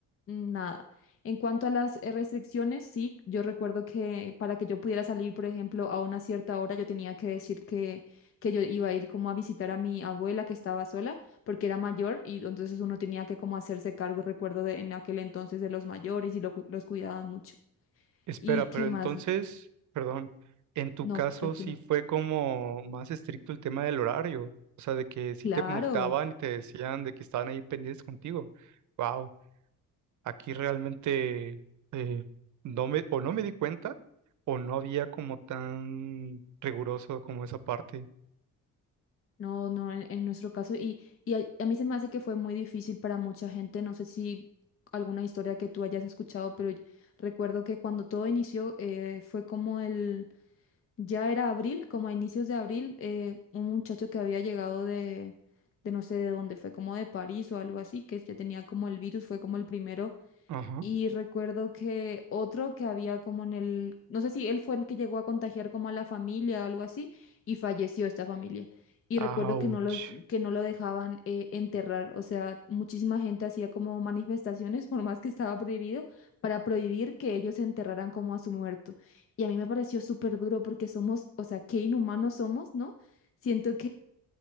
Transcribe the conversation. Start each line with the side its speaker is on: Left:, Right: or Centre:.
Left: nada. En cuanto a las eh, restricciones, sí, yo recuerdo que para que yo pudiera salir, por ejemplo, a una cierta hora, yo tenía que decir que, que yo iba a ir como a visitar a mi abuela que estaba sola porque era mayor y entonces uno tenía que como hacerse cargo, recuerdo de, en aquel entonces de los mayores y lo cu- los cuidaban mucho.
Right: Espera,
Left: ¿Y qué
Right: pero
Left: más?
Right: entonces, perdón, en tu
Left: No,
Right: caso
Left: tranquilo.
Right: sí fue como más estricto el tema del horario, o sea, de que sí
Left: Claro,
Right: te multaban y te decían de que estaban ahí pendientes contigo. Wow. Aquí realmente eh, no me, o no me di cuenta o no había como tan riguroso como esa parte.
Left: no, no, en, en nuestro caso. Y, y a, a mí se me hace que fue muy difícil para mucha gente, no sé si alguna historia que tú hayas escuchado, pero yo recuerdo que cuando todo inició eh, fue como el, ya era abril, como a inicios de abril, eh, un muchacho que había llegado de... de no sé de dónde, fue como de París o algo así, que ya tenía como el virus, fue como el primero
Right: Ajá.
Left: Y recuerdo que otro que había como en el, no sé si él fue el que llegó a contagiar como a la familia o algo así, y falleció esta familia. Y
Right: Ouch.
Left: recuerdo que no los, que no lo dejaban eh, enterrar, o sea, muchísima gente hacía como manifestaciones, <laughs> por más que estaba prohibido, para prohibir que ellos enterraran como a su muerto. Y a mí me pareció súper duro porque somos, o sea, qué inhumanos somos, ¿no? Siento